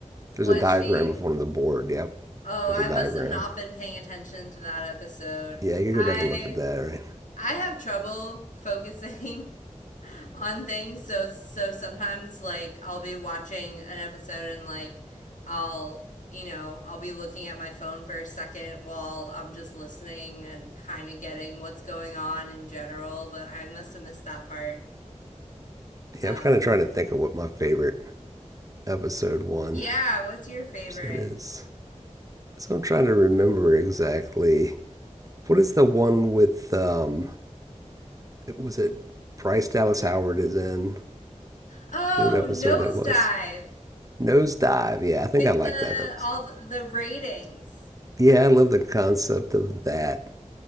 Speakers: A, on the right (about 25°); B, on the left (about 85°).
A: There's
B: Was
A: a diagram
B: she?
A: of one on the board. Yep,
B: Oh,
A: there's
B: I
A: a diagram.
B: must have not been paying attention to that episode.
A: Yeah, you can
B: I
A: go back and look at that. Right.
B: I have trouble focusing <laughs> on things, so so sometimes like I'll be watching an episode and like I'll, you know, I'll be looking at my phone for a second while I'm just listening and kind of getting what's going on in general, but I must have missed that part.
A: Yeah,
B: Um,
A: I'm kind of trying to think of what my favorite episode one
B: yeah, what's your favorite?
A: episode is. So I'm trying to remember exactly what is the one with um it was it Bryce Dallas Howard is in.
B: Oh,
A: Do you know what episode
B: Nosedive
A: that was? Nosedive. Yeah, I think
B: with
A: I like
B: the
A: that episode.
B: all the, the ratings.
A: Yeah, I love the concept of that.